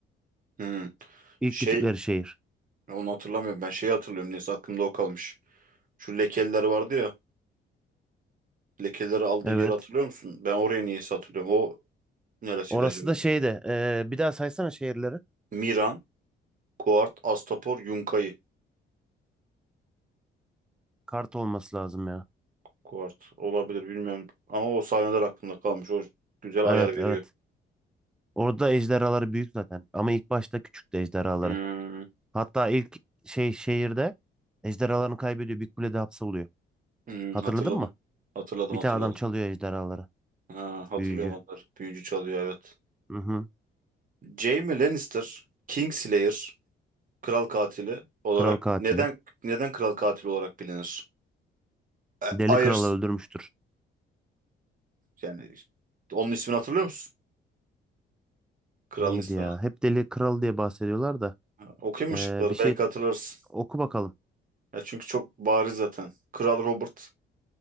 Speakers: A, on the right (about 45°); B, in the centre.
A: Hmm.
B: İlk
A: Şey
B: gittikleri şehir.
A: onu hatırlamıyorum. Ben şeyi hatırlıyorum. Neyse aklımda o kalmış. Şu lekeler vardı ya. Lekeleri aldığı
B: Evet.
A: yeri hatırlıyor musun? Ben oraya niyeyse hatırlıyorum. O neresiydi
B: Orası
A: acaba?
B: da şeydi. e, bir daha saysana şehirleri.
A: Miran, Kuart, Astapor, Yunkayı.
B: Kart olması lazım ya.
A: Kuart olabilir bilmiyorum. Ama o sahneler aklımda kalmış. O güzel ayar
B: Evet
A: veriyor.
B: evet. Orada ejderhaları büyük zaten. Ama ilk başta küçüktü ejderhaları.
A: Hmm,
B: Hatta ilk şey şehirde ejderhalarını kaybediyor. Bir kulede hapsoluyor.
A: hmm,
B: Hatırladın
A: hatırladım.
B: mı?
A: Hatırladım
B: Bir
A: hatırladım.
B: tane adam çalıyor ejderhaları.
A: Ha, hatırlıyorum
B: Büyücü.
A: onları. Büyücü çalıyor evet.
B: Hı hı.
A: Jaime Lannister, Kingslayer, kral katili olarak
B: Kral katili.
A: neden neden kral katili olarak bilinir? E,
B: Deli
A: Aerys
B: Kral'ı öldürmüştür.
A: Yani onun ismini hatırlıyor musun? Kralın
B: Neydi
A: ismini.
B: ya? Hep Deli Kral diye bahsediyorlar da.
A: Ha, Okuyayım
B: Ee,
A: mı şıkları?
B: bir şey
A: Belki hatırlarsın.
B: oku bakalım.
A: Ya çünkü çok bariz zaten. Kral Robert,